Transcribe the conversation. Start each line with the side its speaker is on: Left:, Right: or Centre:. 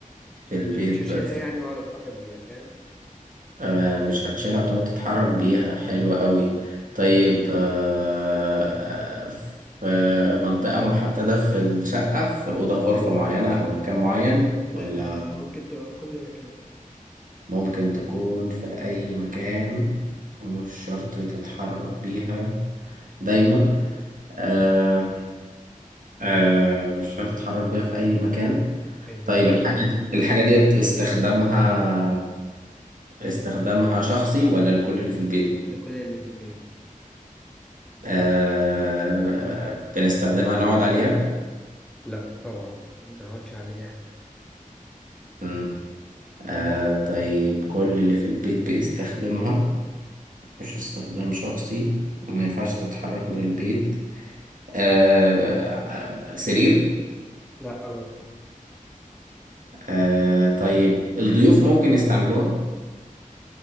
Right: في البيت
Centre: عشان مش هشيلها
Right: بس
Centre: يعني وأقعد أتحرك بيها فاهم
Right: آه مش هتشيلها تقعد تتحرك بيها حلوة قوي طيب آه آه، في منطقة محددة في الشقة في أوضة غرفة معينة أو مكان معين
Centre: لا
Right: ولا
Centre: لا لا ممكن تبقى في كل مكان
Right: ممكن تكون في أي مكان ومش شرط تتحرك بيها دايما آه آه مش شرط تتحرك بيها في أي مكان
Centre: أيوه
Right: طيب الحاجة دي الحاجة ديت استخدامها استخدامها شخصي ولا الكل اللي في البيت؟
Centre: لكل اللي في البيت
Right: آه... بنستخدمها نقعد عليها؟
Centre: لا طبعا ما أقعدش عليها
Right: مم. آه... طيب كل اللي في البيت بيستخدمها مش استخدام شخصي وما ينفعش تتحرك من البيت آه... سرير؟
Centre: لا برضه
Right: آه... طيب الضيوف ممكن يستعملوها؟